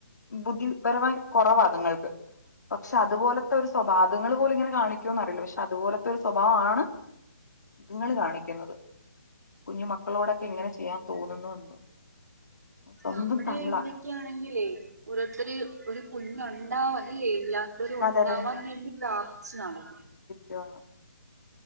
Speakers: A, on the left (about 80°); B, on the right (about 70°).
A: ബുദ്ധിപരമായി കൊറവാ അതുങ്ങൾക്ക് പക്ഷെ അതുപോലത്തെ ഒരു സ്വഭാവങ്ങൾ പോലും ഇങ്ങനെ കാണിക്കോന്ന അറിയില്ല പക്ഷെ അതുപോലത്തെ ഒരു സ്വഭാവാണ് ഇതുങ്ങൾ കാണിക്കുന്നത് കുഞ്ഞു മക്കളോടൊക്കെ ഇങ്ങനെ ചെയ്യാൻ തോന്നുന്നു എന്തോ സ്വന്തം
B: നമ്മുടെ
A: തള്ള
B: ഇവിടൊക്കാണെങ്കിലേ ഓരോരുത്തർ ഒരു കുഞ്ഞുണ്ടാവല്ലല്ലേ ഇല്ല ഇരു ഉണ്ടാവാൻ
A: അതെ അതെ
B: വേണ്ടി പ്രാർത്ഥിച്ചതാണ്
A: ഗാ